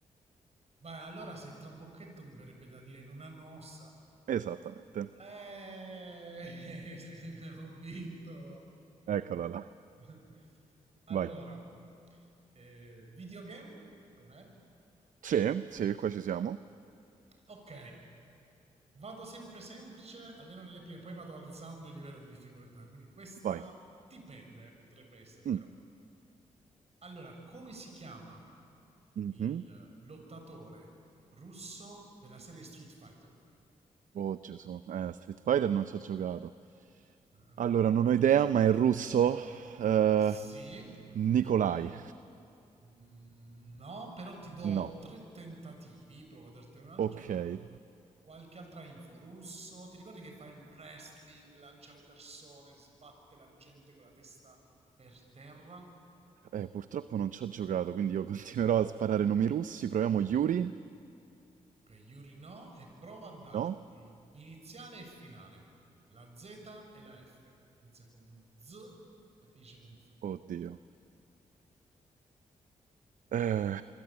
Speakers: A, on the right (about 50°); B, on the right (about 65°).
A: Beh, allora se trabocchetto mi verrebbe da dire non hanno ossa.
B: Esattamente.
A: Eh, <laughs> ho vinto.
B: Eccola là.
A: <laughs> Allora,
B: Vai.
A: eh, videogame, com'è?
B: Sì, sì, qua ci siamo.
A: Ok. Vado sempre semplice, almeno nelle prime, poi vado alzando il livello di difficoltà, quindi questa
B: Vai.
A: dipende, potrebbe essere, però.
B: Mm.
A: Allora, come si chiama
B: Mhm.
A: il lottatore russo della serie Street Fighter?
B: Oh Gesù, eh, Street Fighter non ci ho giocato.
A: Ah,
B: Allora, non ho idea, ma è russo. Eh,
A: Sì.
B: Nikolai.
A: Eh, mm, No, però ti do
B: No.
A: tre tentativi, provo a dartene un altro.
B: Ok. Eh,
A: Qualche altra info. Russo, ti ricordi che fa il wrestling, lancia le persone, sbatte la gente con la testa per terra?
B: eh, purtroppo non ci ho giocato, quindi io <laughs> continuerò a sparare nomi russi. Proviamo Yuri?
A: Ok, Yuri no, e provo a darti
B: No?
A: iniziale e finale. La Z e la F. Inizia con Z e finisce con F.
B: Oddio. Eh,